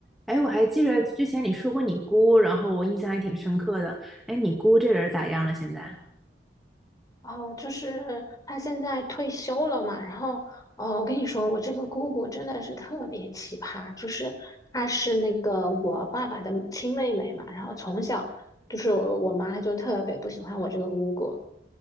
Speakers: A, in the centre; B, on the left.
A: 哎，我还记着之前你说过你姑，然后我印象还挺深刻的。哎，你姑这人咋样了？现在
B: 哦，就是他现在退休了嘛，然后，哦，我跟你说，我这个姑姑真的是特别奇葩，就是她是那个我爸爸的亲妹妹嘛，然后从小就是我我妈就特别不喜欢我这个姑姑，